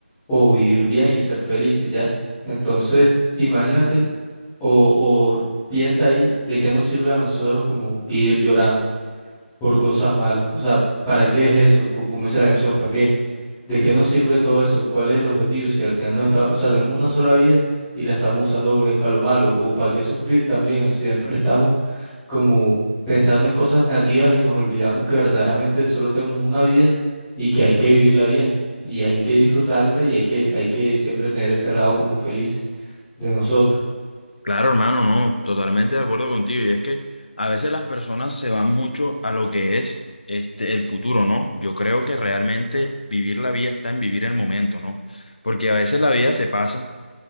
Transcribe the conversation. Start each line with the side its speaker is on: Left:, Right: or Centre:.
Centre: o vivir bien y ser felices, ¿ya? Entonces, imagínate o, o piensa ahí de qué nos sirve a nosotros como vivir llorando por cosas malas. O sea, ¿para qué es eso? Pues, como dice la canción, ¿para qué? ¿De qué nos sirve todo eso? ¿Cuál es el objetivo? Si al final no está, o sea, tenemos una sola vida y la estamos usando es para lo malo, o para qué sufrir también. O sea, siempre estamos como pensando en cosas negativas y nos olvidamos que verdaderamente solo tenemos una vida y que hay que vivirla bien, y hay que disfrutarla y hay que, hay que siempre tener ese lado como feliz de nosotros.
Left: Claro, hermano, no, totalmente de acuerdo contigo. Y es que a veces las personas se van mucho a lo que es este el futuro, ¿no? Yo creo que realmente vivir la vida está en vivir el momento, ¿no? Porque a veces la vida se pasa